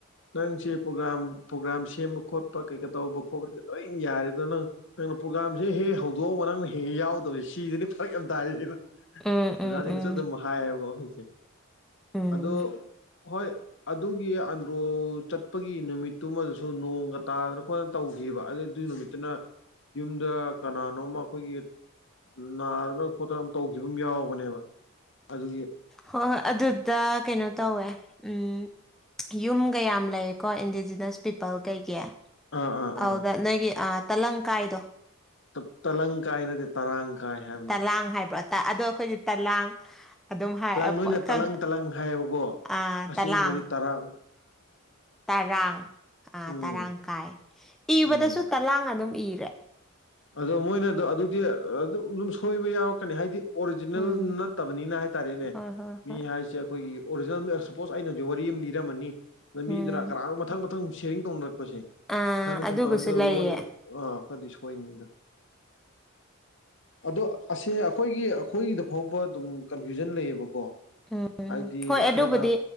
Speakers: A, on the left; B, in the centre.
A: ꯅꯪꯁꯦ ꯄ꯭ꯔꯣꯒ꯭ꯔꯥꯝ ꯄ꯭ꯔꯣꯒ꯭ꯔꯥꯝ ꯁꯦꯝꯕ ꯈꯣꯠꯄ ꯀꯩꯀꯥ ꯇꯧꯕ ꯈꯣꯠꯄꯗꯤ ꯂꯣꯏ ꯌꯥꯔꯦꯗꯣ ꯅꯪ ꯅꯪꯅ ꯄ꯭ꯔꯣꯒꯥꯝꯁ ꯍ ꯍꯧꯗꯣꯛꯑꯒ ꯅꯪꯅ ꯍꯦꯛ ꯌꯥꯎꯗꯕꯁꯦ ꯁꯤꯗꯗꯤ ꯐꯔꯛ ꯌꯥꯝ ꯇꯥꯏꯔꯤꯦꯕ ꯑꯣꯖꯥꯁꯤꯡꯅꯁꯨ
B: ꯎꯝ ꯎꯝ ꯎꯝ
A: ꯑꯗꯨꯝ ꯍꯥꯏꯌꯦꯕꯀꯣ ꯑꯩꯈꯣꯏꯁꯦ
B: ꯎꯝ
A: ꯑ ꯍꯣꯏ ꯑꯗꯨꯒꯤ ꯇꯣ ꯆꯠꯄꯒꯤ ꯅꯨꯃꯤꯠꯇꯨꯃꯗꯁꯨ ꯅꯣꯡꯒ ꯇꯥꯗꯅ ꯈꯣꯠꯇꯅ ꯇꯧꯈꯤꯕꯕ ꯑꯗꯨ ꯑꯗꯨꯏ ꯅꯨꯃꯤꯠꯇꯨꯅ ꯌꯨꯝꯗ ꯀꯅꯥꯅꯣꯝ ꯑꯩꯈꯣꯏꯒꯤ ꯅꯥꯗꯅ ꯈꯣꯠꯇꯅ ꯇꯧꯈꯤꯕ ꯑꯃ ꯌꯥꯎꯕꯅꯦꯕ ꯑꯗꯨ
B: ꯍꯣꯏ ꯍꯣꯏ ꯑꯗꯨꯗ ꯀꯩꯅꯣ ꯇꯧꯋꯦ ꯎꯝ ꯌꯨꯝ ꯀꯌꯥꯝ ꯂꯩꯌꯦꯀꯣ ꯏꯟꯗꯤꯖꯤꯅꯁ ꯄꯤꯄꯜ ꯀꯩꯒꯤ
A: ꯑꯥ ꯑꯥ
B: ꯑꯗꯨꯗ
A: ꯑꯥ
B: ꯅꯣꯏꯒꯤ ꯇ ꯂꯪ ꯀꯥꯏꯗꯣ
A: ꯎꯝ ꯇꯂꯪ ꯀꯥꯏ ꯅꯠꯇꯦ ꯇꯔꯥꯡ ꯀꯥꯏ ꯍꯥꯏꯕꯅꯤ
B: ꯇꯂꯥꯡ ꯍꯥꯏꯕ꯭ꯔꯣ ꯇ ꯑꯗꯣ ꯑꯩꯈꯣꯏꯗꯤ ꯇꯂꯥꯡ ꯑꯗꯨꯝ ꯍꯥꯏ ꯑ
A: ꯅꯣꯏꯅ
B: ꯄ ꯀꯪ
A: ꯇꯂꯪ ꯇꯂꯪ ꯍꯥꯏꯌꯦꯕꯀꯣ
B: ꯑꯥ
A: ꯑꯁꯦꯡꯕꯗꯤ
B: ꯇꯂꯥꯡ
A: ꯇꯔꯥ
B: ꯇꯔꯥꯡ ꯑꯥ
A: ꯎꯝ
B: ꯇꯔꯥꯡ ꯀꯥꯏ ꯏꯕꯗꯁꯨ
A: ꯎꯝ
B: ꯇꯂꯥꯡ ꯑꯗꯨꯝ ꯏꯔ <unintelligible>
A: ꯑꯗꯣ ꯃꯣꯏꯅꯗꯣ ꯑꯗꯨꯗꯤ ꯑꯗꯨꯝ ꯑꯗꯨꯝ ꯁꯣꯏꯕ ꯌꯥꯎꯔꯛꯀꯅꯤ ꯍꯥꯏꯗꯤ ꯑꯣꯔꯤꯖꯤꯅꯦꯜ
B: ꯎꯝ
A: ꯅꯠꯇꯕꯅꯤꯅ ꯍꯥꯏꯇꯥꯔꯦꯅꯦ
B: ꯍꯣꯏ ꯍꯣꯏ
A: ꯃꯤ
B: ꯍꯣꯏ
A: ꯍꯥꯏꯁꯦ ꯑꯩꯈꯣꯏꯒꯤ ꯑꯣꯔꯤꯖꯤꯅꯦꯜ ꯁꯄꯣꯁ ꯑꯩꯅ ꯍꯧꯖꯤ ꯋꯥꯔꯤ ꯑꯃ ꯂꯤꯅꯤꯔꯝꯃꯅꯤ ꯑꯗ ꯃꯤꯗꯨꯅ
B: ꯎꯝ
A: ꯀꯅꯥꯝ ꯃꯊꯪ ꯃꯊꯪ ꯁ ꯁꯌꯥꯔꯤꯡ ꯇꯧꯅꯔꯛꯄꯁꯦ
B: ꯑꯥ
A: ꯁꯨꯃꯥꯏꯅ ꯁꯨꯝ
B: ꯑꯗꯨꯒꯁꯨ
A: ꯇꯧꯔ
B: ꯂꯩꯌꯦ
A: ꯂꯣꯟꯗꯤ ꯑ ꯍꯈꯣꯏꯅꯤꯗ ꯑꯗꯣ ꯑꯁꯦ ꯑꯩꯈꯣꯏꯒꯤ ꯑꯩꯈꯣꯏꯒꯤꯗ ꯐꯥꯎꯕ ꯑꯗꯨꯝ ꯀꯟꯐ꯭ꯌꯨꯖꯟ ꯂꯩꯌꯦꯕꯀꯣ
B: ꯎꯝ
A: ꯍꯥꯏꯗꯤ
B: ꯍꯣꯏ ꯑꯗꯨꯕꯨꯗꯤ
A: ꯈꯔꯅ